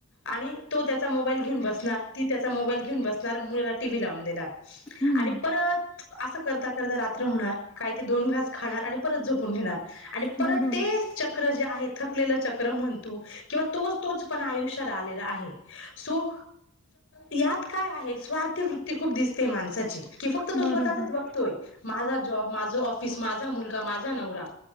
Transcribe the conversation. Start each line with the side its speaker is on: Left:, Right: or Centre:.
Left: आणि तो त्या मोबाईल घेऊन बसणार ती त्याचा मोबाईल घेऊन बसणार मुला ला टीव्ही लावून. देणार
Centre: हं.
Left: आणि परत अस करता करता रात्र होणार. काय ते दोन घास खाणार आणि परत झोपून घेणार आणि परत
Centre: बरोबर,
Left: ते चक्र जे आहे. थकलेलं चक्र म्हणतू किंवा तोच तोच पणा आयुष्यात आलेला आहे सो. यात काय आहे स्वार्थी वृत्ती खूप दिसते माणसाची की फक्त तो
Centre: बरोबर.
Left: स्वतःचाच बघतोय माझा जॉब माझा ऑफिस माझा मुलगा माझा नवरा.